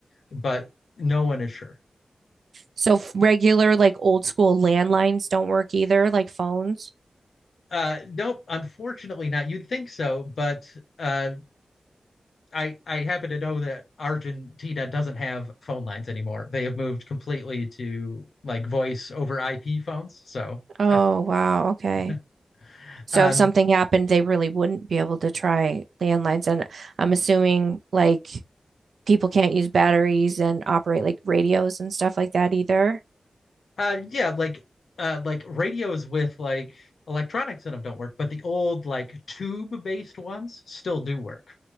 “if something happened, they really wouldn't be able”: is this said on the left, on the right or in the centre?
Right